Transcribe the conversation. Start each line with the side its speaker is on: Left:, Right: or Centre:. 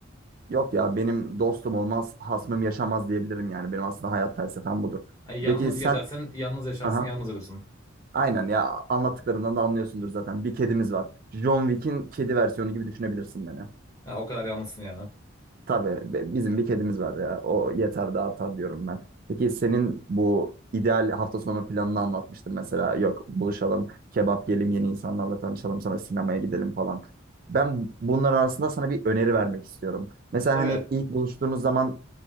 Right: Yok ya benim dostum olmaz, hasmım yaşamaz diyebilirim yani. Benim aslında hayat felsefem budur.
Left: Ay, yalnız
Right: Peki sen
Left: gezersin, yalnız yaşarsın,
Right: aha
Left: yalnız ölürsün.
Right: aynen ya anlattıklarından da anlıyorsundur zaten. Bir kedimiz var. John Wick'in kedi versiyonu gibi düşünebilirsin beni.
Left: Ha, o kadar yalnızsın yani.
Right: Tabii be- bizim bir kedimiz var ya. O yeter de artar diyorum ben. Peki senin bu ideal hafta sonu planını anlatmıştın mesela. Yok buluşalım, kebap yiyelim, yeni insanlarla tanışalım, sonra sinemaya gidelim falan. Ben bunların arasında sana bir öneri vermek istiyorum. Mesela
Left: Tabii.
Right: hani ilk buluştuğunuz zaman